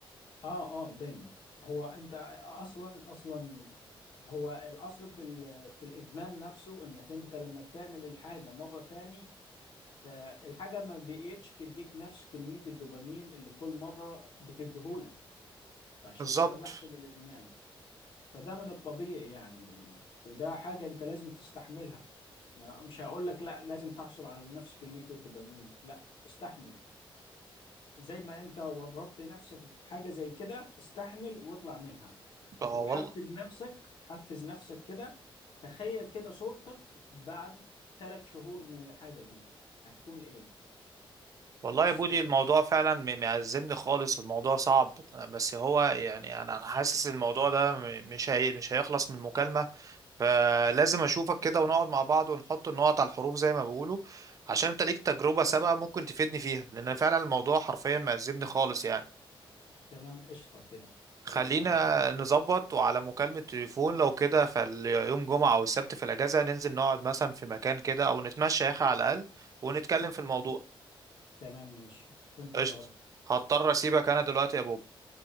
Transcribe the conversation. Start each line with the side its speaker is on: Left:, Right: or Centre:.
Left: اه اه دايما هو انت اصلا اصلا هو الاصل في ال... في الادمان نفسه انك انت لما بتعمل الحاجه مره تاني فالحاجه ما بقيتش تديك نفس كميه الدوبامين اللي كل مره بتديهولك فعشان
Right: بالظبط
Left: كده بيحصل الادمان فده من الطبيعي يعني وده حاجة انت لازم تستحملها ما- مش هقول لك لا لازم تحصل على نفس كمية الدوبامين لا استحمل زي ما انت ورطت نفسك في حاجة زي كده استحمل واطلع منها
Right: اه
Left: وحفز
Right: والله
Left: نفسك حفز نفسك كده تخيل كده صورتك بعد ثلاث شهور من الحاجة دي هتكون ايه
Right: والله
Left: بس
Right: يا بودي
Left: كده
Right: الموضوع فعلا م- معزمني خالص الموضوع صعب بس هو يعني انا أنا حاسس إن الموضوع ده م- مش هي مش هيخلص من مكالمة فلازم اشوفك كده ونقعد مع بعض ونحط النقط على الحروف زي ما بيقولوا عشان انت ليك تجربة سابقة ممكن تفيدني فيها لان فعلا الموضوع حرفيا معزمني خالص يعني
Left: تمام قشطة كده
Right: خلينا
Left: خلاص على
Right: نظبط وعلى مكالمة تليفون لو كده فاليوم جمعة او السبت في الاجازة ننزل نقعد مثلا في مكان كده او نتمشى يا اخي على الاقل ونتكلم في الموضوع
Left: تمام ماشي في انتظارك
Right: قشطة هضطر
Left: قشطة
Right: اسيبك انا دلوقتي يا بوب